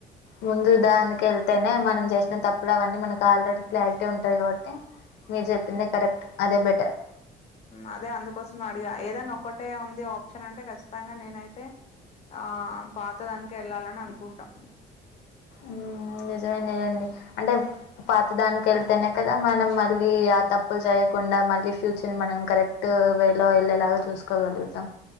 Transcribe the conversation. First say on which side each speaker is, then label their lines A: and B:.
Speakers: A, on the left (about 80°); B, on the left (about 40°).
A: ముందు దానికి వెళ్తేనే మనం చేసిన తప్పులు అవన్నీ మనకి ఆల్రెడీ క్లారిటీ ఉంటది కాబట్టి మీరు చెప్పిందే కరెక్ట్ అదే బెటర్
B: అదే అందుకోసం అడిగా ఏదైనా ఒక్కటే ఉంది ఆప్షన్ అంటే ఖచ్చితంగా నేనైతే ఆ పాతదానికి వెళ్ళాలని అనుకుంటా
A: ఉ నిజమేనదండి అంటే పాత దానికి వెళ్తేనే కదా మనం మళ్ళీ ఆ తప్పులు చేయ కుండా మళ్ళీ ఫ్యూచర్ మనం కరెక్ట్ వేలో వెళ్ళేలాగా చూసుకోగలుగుతాం